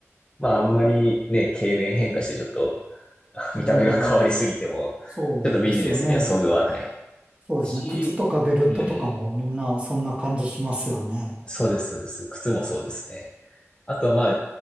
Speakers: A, on the left; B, on the right.
A: まあ、あんまりね、経年変化してちょっと <laughs>
B: うん、
A: 見た目が変わりすぎても、
B: そうですよね。
A: ちょっとビジネスにはそぐわない
B: そうですね。
A: し、
B: 靴とかベルトとかもみんなそんな感じしますよね。
A: うん。そうです、そうです。靴もそうですね。あとは、まあ、